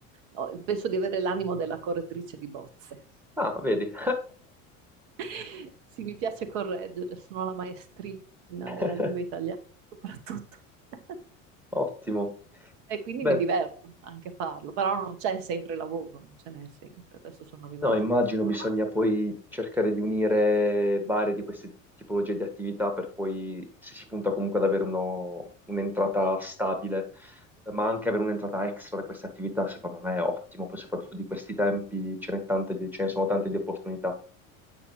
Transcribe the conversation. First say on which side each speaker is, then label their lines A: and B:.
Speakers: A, on the right; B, in the centre.
A: ho- penso di avere l'animo della correttrice di bozze.
B: Ah, vedi.
A: <laughs> Sì, mi piace correggere, sono la maestrina
B: <laughs>
A: della lingua italiana soprattutto. <laughs>
B: Ottimo.
A: E quindi
B: Beh,
A: mi diverto anche a farlo, però non c'è sempre lavoro, non ce n'è sempre. Adesso sono arrivata
B: no, immagino
A: qua.
B: bisogna poi cercare di unire varie di queste tipologie di attività per poi, se si punta comunque ad avere uno- un'entrata stabile, eh, ma anche avere un'entrata extra da queste attività, secondo me è ottimo, poi soprattutto di questi tempi ce n'è tante di- ce ne sono tante di opportunità.